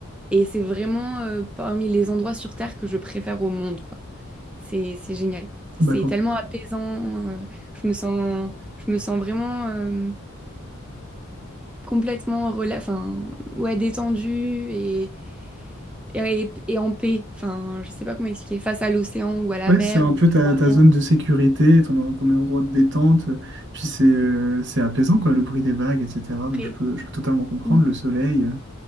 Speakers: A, in the centre; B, on the right.
A: Et c'est vraiment euh, parmi les endroits sur Terre que je préfère au monde, quoi. C'est, c'est génial. C'est
B: Bah, quand-
A: tellement apaisant. euh, je me sens, je me sens vraiment euh, complètement rela enfin, ouais, détendue et, et, et en paix. Enfin, je sais pas comment expliquer. Face à l'océan ou à la
B: Ouais,
A: mer
B: c'est un
A: où
B: peu
A: tu
B: ta,
A: vois
B: ta
A: rien
B: zone de sécurité, ton, ton endroit de détente. euh, Puis c'est euh, c'est apaisant, quoi, le bruit des vagues, etc. Moi,
A: après.
B: je peux, je peux totalement comprendre
A: Mm.
B: le soleil. euh,